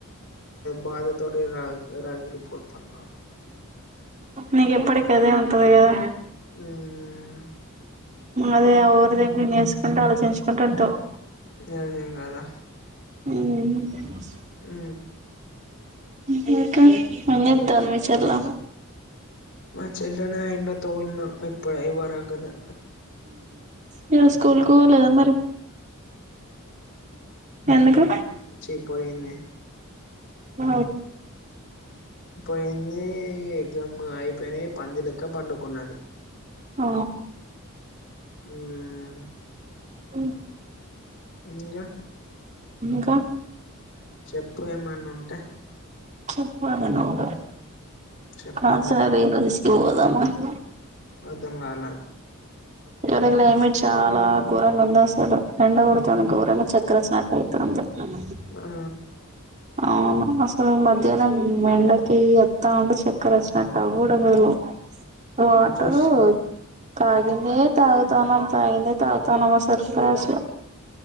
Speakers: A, on the left; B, on the right.
A: బాధ తోటి రాగి రాగిలుపోతున్నా
B: నీకు ఎప్పటికి అదే ఉంటది కదా
A: మ్మ్
B: అదే ఊరు దగం నేర్చుకుంటూ ఆలోచించుకుంటు ఉంటవు
A: అదే కదా
B: ఉమ్
A: ఆ
B: ఏం చేస్తాతందీ మీ చెల్ల
A: మా చెల్లనే అయంట తోలిన్నా ఎప్పుడుయి వరగను
B: నను స్కూల్కి పోలేదా మరి ఎందుకు
A: చ్చి పోయింది
B: ఆ
A: పోయి యింది జమ్ అయిపోయినా పంది లేక పండుకున్నది
B: ఓ
A: ఉమ్
B: ఉ
A: ఇంకా
B: ఇంకా
A: చెప్పు ఏమన్నా ఉంటా
B: చెప్పాలి నువ్వే
A: చెప్పు
B: కన్
A: నువ్వే
B: సన్నా <inaudible> ఓదమా <inaudible>
A: అర్థం కాల
B: ఎవర క్లైమేట్ చాలా ఘోరంగా ఉంది అసలు ఎండ కొడతేని ఘోరంగా చక్క్రచ్చినటు అవుతు అంది నమ
A: ఆ
B: అవును అసలు మధ్యాహ్నం ఎండకి ఎత్తా ఉంటే చక్కెర వచ్చినట్టు అవ్వుడు అసలు వాటరు
A: జ్యూస్
B: తాగింద తాగుతానుం తగిండే తగుతనం క్లాస్ లో